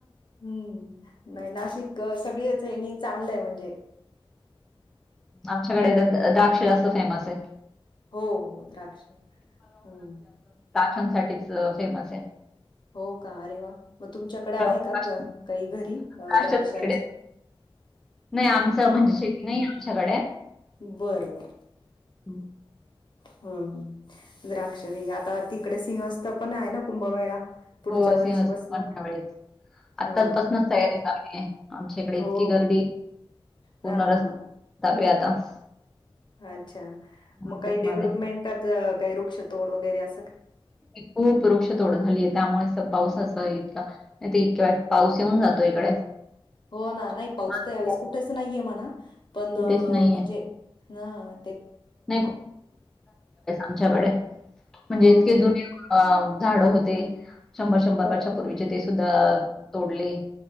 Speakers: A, on the left; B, in the centre.
A: हम्म. नाही नाशिक, सगळ्याच ह्यानी चांगलं म्हणजे
B: आमच्याकडे, द द्राक्ष जास्त फेमसय
A: हो हो द्राक्ष हम्.
B: च <unintelligible> साठी फेमसय.
A: हो का आरे वा! मग, तुमच्याकडे आहे
B: द्राक्ष
A: का काही घरी
B: द्राक्षच
A: द्राक्षाच?
B: तिकडे नाही आमचं
A: हा.
B: म्हणजे शेती नाही आमच्याकडे.
A: बरं बरं.
B: हम्म.
A: हमं, द्राक्ष नायी, आता तिकडे सिंहस्थ पण आहे ना कुंभमेळा? पुढच्या
B: हो
A: वर्षीपासन
B: सिंहस्थ दिवाळीत, आताचपसूनच
A: हा
B: तयारी चालुय, आमच्या इकडे इतकी
A: हो
B: गर्दी पूर्ण
A: हा
B: रस्ता का <unintelligible>
A: अच्छा,
B: नाशिकमध्ये.
A: मग काही डेव्हलपमेन्टात काय वृक्षतोड वगैरे अस.
B: खूप वृक्ष तोड झाली आहे त्यामुळे स पाऊस तस इतका ते इतक्या वेळेत पाऊस येऊन जातो इकडे.
A: हो ना नाही पाऊस
B: नाशिकला
A: तर यावेळेस कुठेच नाहीये म्हणा पण
B: कुठेच नाहीये.
A: म्हणजे ना.
B: नाही आमच्याकडे म्हणजे
A: हो
B: इतके
A: ना
B: जु अ झाड होते शंभर शंभर वर्षापूर्वीचे ते सुद्धा तोडले.